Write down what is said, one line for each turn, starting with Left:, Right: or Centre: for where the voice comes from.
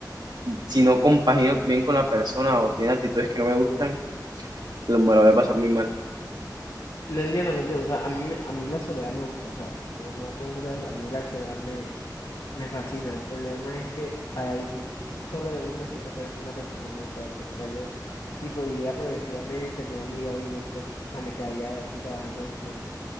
Right: si no compagino bien con la persona o tiene actitudes que no me gustan, lo- me lo voy a pasar muy mal.
Left: Lo entiendo, lo entiendo, o sea, a mí, me- a mí la soledad me gusta, o sea, o no confundas, a mí la soledad me, me fascina. El problema es que para vivir si- solo de una siento que es una transición muy fuerte, o sea, yo, tipo, iría progresivamente, primero me iría a vivir con, o sea, me quedaría aquí trabajando en,